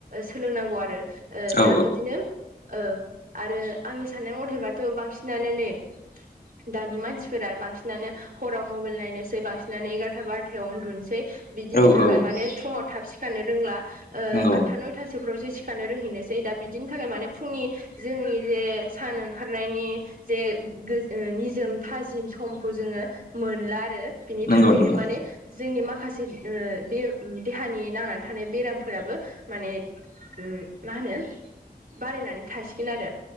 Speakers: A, on the right; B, on the left.
A: सोलोंनांगौ आरो। ओ
B: औ
A: दा बिदिनो ओ आरो आंनि साननाय मथेबाथ' बांसिनानो नै दानि मानसिफोरा बांसिनानो हराव मबाइल नायनोसै बांसिनानो एगारथा बार'थायाव उन्दुनोसै। बिदिनि
B: औ
A: थाखाय
B: औ
A: माने फुङाव थाब सिखारनो रोंला ओ
B: नंगौ
A: आतथा नय थासोफ्रावसो सिखारनो रोंहैनोसै दा बिदिनि थाखाय माने फुंनि जोंनि जे सान ओंखारनायनि जे निजोम थाजिम समखौ जोङो मोनला आरो। बिनि
B: नंगौ
A: थाखायनो
B: नंगौ
A: माने जोंनि माखासे बे देहानि नांनानै थानाय बेरामफोराबो माने उम मा होनो बारायनानै थासिगोन आरो